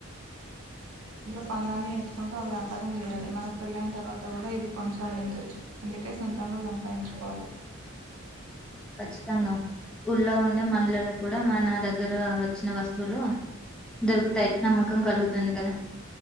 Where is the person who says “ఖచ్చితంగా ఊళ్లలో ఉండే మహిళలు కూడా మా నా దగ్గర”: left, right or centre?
Centre